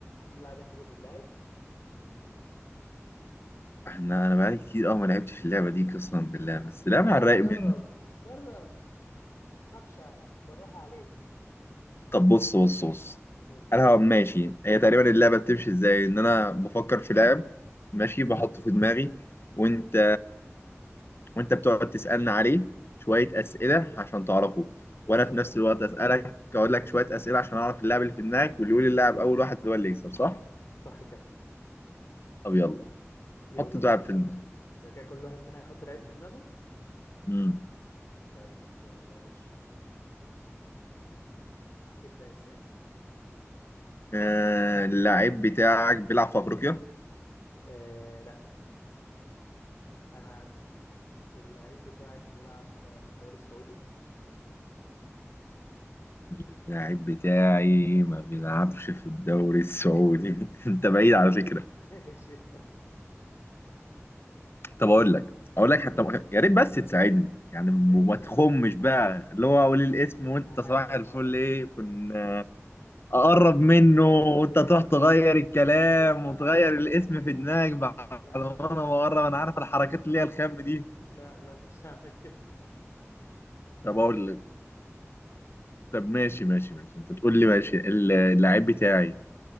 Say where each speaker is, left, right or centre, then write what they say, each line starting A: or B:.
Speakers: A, on the left; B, on the left.
A: إن اللاعب يحذر اللاعب
B: احنا انا بقالي كتير قوي ما لعبتش في اللعبه دي قسما بالله بس
A: يا عم
B: لعبة
A: تعالى
B: على الرايق
A: جرب
B: منه
A: جرب تخافش بالراحة عليك
B: طب بص بص بص
A: قول لي
B: انا هبقى ماشي هي تقريبا اللعبه بتمشي ازاي ان انا بفكر في لاعب ماشي بحطه في دماغي وانت وانت بتقعد تسالني عليه شويه اسئله عشان تعرفه
A: بالظبط
B: وانا في نفس
A: كده
B: الوقت اسالك اقول لك شويه اسئله عشان اعرف اللاعب اللي في دماغك واللي يقول اللاعب اول واحد هو اللي يكسب صح
A: صح كده
B: طب يلا
A: يلا
B: حط اللاعب
A: بينا
B: في دماغك
A: يبقى كده كل واحد فينا هيحط لعيب في دماغه
B: امم
A: طيب يلا يا باشا ابدأ اسألني
B: آه اللاعب بتاعك بيلعب في افريقيا
A: آه لا انا اسأل اللعيب بتاعك بيلعب في الدوري السعودي
B: اللاعب بتاعي ما بيلعبش في الدوري السعودي <laughs> انت بعيد على فكرة
A: <laughs> ماشي اسأل
B: طب اقول لك اقول لك حتى مؤخ- يا ريت بس تساعدني يعني وما
A: ماشي
B: تخمش
A: يا عم هحاول
B: بقى اللي هو
A: هحاول
B: اقول الاسم وانت
A: هحاول
B: صباح الفل
A: حاضر
B: ايه كنا اقرب منه وانت
A: ماشي
B: تروح تغير الكلام
A: لا
B: وتغير
A: لا لا
B: الاسم
A: لا
B: في
A: لا
B: دماغك بعد
A: لا
B: ما
A: لا
B: انا
A: مش
B: بقرب
A: سكتي
B: انا عارف الحركات اللي هي الخام دي
A: لا لا مش هعمل كده
B: طب اقول لك طب ماشي ماشي ماشي انت تقول لي ماشي ال- اللاعب بتاعي